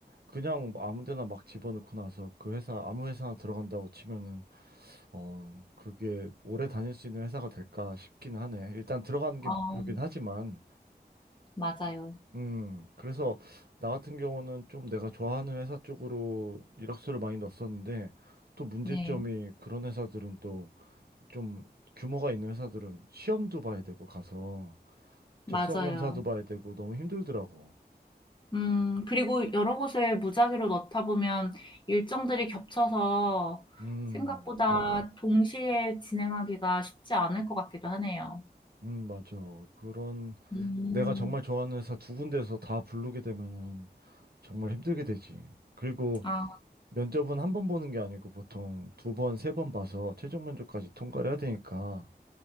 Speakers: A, on the right; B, on the left.
A: 그냥 뭐 아무 데나 막 집어넣고 나서 그 회사, 아무 회사나 들어간다고 치면은 어, 그게 오래 다닐 수 있는 회사가 될까 싶긴 하네. 일단 들어가는
B: 어,
A: 게 목표긴 하지만
B: 맞아요.
A: 음, 그래서 나 같은 경우는 좀 내가 좋아하는 회사 쪽으로 이력서를 많이 넣었었는데 또 문제점이
B: 네,
A: 그런 회사들은 또 좀 규모가 있는 회사들은 시험도 봐야 되고 가서
B: 맞아요.
A: 적성 검사도 봐야 되고 너무 힘들더라고.
B: 음, 그리고 여러 곳에 무작위로 넣다 보면 일정들이 겹쳐서
A: 음,
B: 생각보다 동시에 진행하기가 쉽지 않을 것 같기도 하네요.
A: 음, 맞아. 그런
B: 음,
A: 내가 정말 좋아하는 회사 두 군데에서 다 부르게 되면은 정말 힘들게 되지. 그리고
B: 아,
A: 면접은 한 번 보는 게 아니고 보통 두 번, 세 번 봐서 최종 면접까지 통과를 해야 되니까